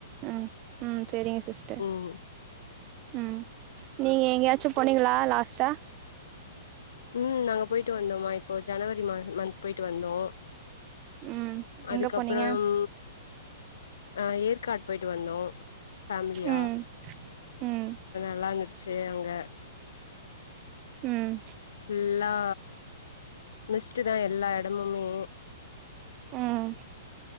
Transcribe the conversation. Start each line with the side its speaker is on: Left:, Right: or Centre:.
Right: ம் ம் செரிங்க சிஸ்டர்
Left: ம்
Right: ம் நீங்க எங்யாச்சும் போனிங்ளா லாஸ்ட்டா
Left: ம் நாங்க போயிட்டு வந்தோம்மா இப்போ ஜனவரி மா மந்த் போயிட்டு வந்தோ
Right: ம்
Left: அதுக்கப்றம்
Right: எங்க போனீங்க
Left: அ ஏற்காடு போயிட்டு வந்தோ ஃபேமிலியா
Right: ம் ம்
Left: நல்லாருன்துச்சு அங்க
Right: ம்
Left: ஃபுல்லா மிஸ்ட் தா எல்லா எடமுமே
Right: ம்